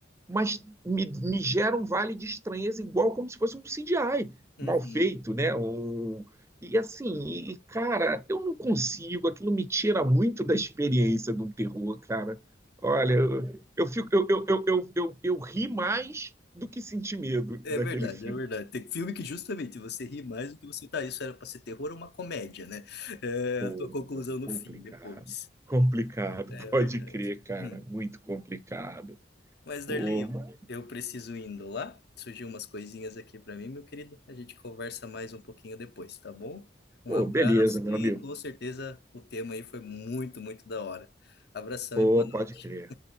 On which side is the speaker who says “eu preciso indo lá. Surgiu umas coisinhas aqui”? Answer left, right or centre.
Left